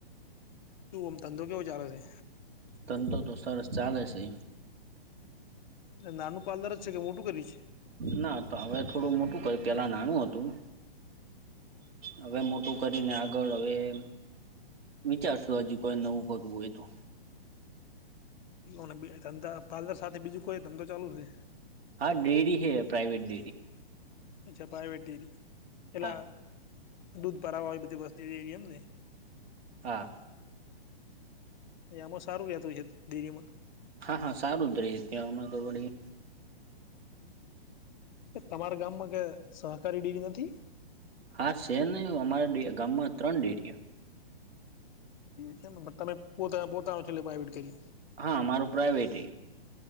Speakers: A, on the left; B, on the right.
A: કેવું, આમ ધંધો કેવો ચાલે સે?
B: ધંધો તો, સરસ ચાલે છે.
A: નાનું પાર્લર જ છે, કે મોટું કર્યુ છે?
B: ના, ત હવે થોડું મોટું કર્યું, પેલા નાનું હતું. હવે, મોટું કરીને આગળ હવે- વિચારશું, હજુ કોઈ નવું કરવું હોય તો.
A: ઓને બે ધંધા, પાર્લર સાથે બીજું કોઈ ધંધો ચાલુ છે?
B: હા, ડેરી હે પ્રાઇવેટ ડેરી.
A: અચ્છા પ્રાઇવેટ ડેરી, પેલાં
B: હા
A: દૂધ ભરાવા આવી બધી વસ્તી દેરી એમને?
B: હા
A: તે આમાં સારું રેતું છે ડેરીમાં?
B: હા હા, સારું જ રે ત્યાંમાં તો વળી.
A: તમારા ગામમાં ક સહકારી ડેરી નથી?
B: હા છેને, અમારા ગામમાં ત્રણ ડેરીઓ.
A: છે તમે પોતાના પોતાનું છે, એટલે પ્રાઇવેટ કર્યું છે.
B: હા મારું પ્રાયવેટ એ.